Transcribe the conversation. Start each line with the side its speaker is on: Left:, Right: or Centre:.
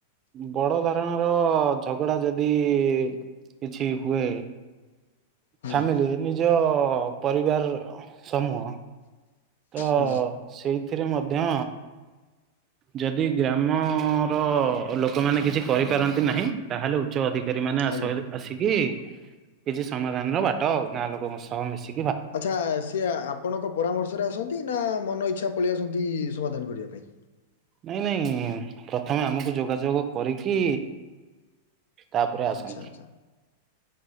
Right: ବଡ ଧରଣର ଝଗଡା ଯଦି କିଛି ହୁଏ।
Left: ହୁଁ
Right: ଫାମିଲି ନିଜ ପରିବାର ସମୂହ ତ
Left: ହୁଁ
Right: ସେଇଥିରେ ମଧ୍ୟ ଯଦି ଗ୍ରାମର ଲୋକମାନେ କିଛି କରିପାରନ୍ତି ନାହିଁ ତାହେଲେ ଉଚ୍ଚ ଅଧିକାରୀ ମାନେ ଆସ
Left: ଆଜ୍ଞା
Right: -ଆସିକି କିଛି ସମାଧାନର ବାଟ ଗାଁ ଲୋକଙ୍କ ସହ ମିଶି
Left: ଆଚ୍ଛା ସିଏ ଆପଣଙ୍କ ପରାମର୍ଶରେ ଆସନ୍ତି ନା ମନ ଇଚ୍ଛା ପଳେଇ ଆସନ୍ତି ସମାଧାନ କରିବା ପାଇଁ?
Right: ନାଇଁ ନାଇଁ ପ୍ରଥମେ ଆମକୁ ଯୋଗାଯୋଗ କରିକି ତାପରେ ଆସନ୍ତି
Left: ଆଚ୍ଛା ଆଚ୍ଛା